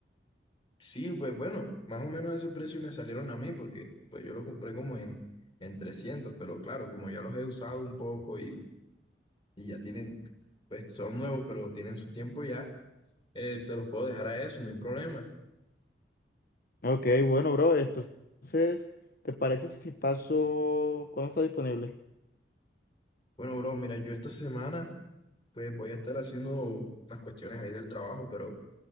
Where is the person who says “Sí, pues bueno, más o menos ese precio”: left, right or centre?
Left